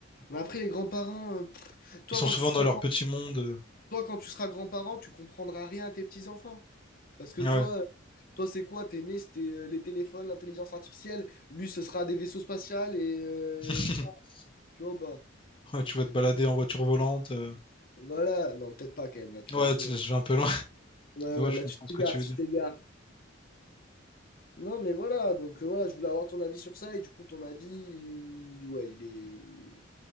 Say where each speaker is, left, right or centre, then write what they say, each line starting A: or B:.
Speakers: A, on the left; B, on the left.
A: Mais après, les grands-parents, euh, pff, toi,
B: Ils sont
A: quand
B: souvent
A: tu seras
B: dans leur
A: grand,
B: petit monde. euh,
A: toi, quand tu seras grand-parent, tu comprendras rien à tes petits-enfants. Parce que
B: Ouais.
A: toi, euh, toi, c'est quoi? T'es né, c'était euh, les téléphones, l'intelligence artificielle. Lui, ce sera des vaisseaux spatials et, euh,
B: <laughs>
A: je sais pas. Tu vois ou pas?
B: Ouais,
A: Donc,
B: tu vas te
A: euh,
B: balader en voiture volante. euh,
A: voilà, non, peut-être pas quand même, là, tu
B: Ouais,
A: vas un peu
B: tu-
A: long.
B: là, je vais un peu loin. <laughs>
A: Ouais,
B: Tu
A: ouais,
B: vois, je
A: là,
B: comprends
A: tu t'égares,
B: ce que tu veux
A: tu
B: dire.
A: t'égares. Non, mais voilà, donc euh, voilà, je voulais avoir ton avis sur ça, et du coup, ton avis, il- ouais, il est,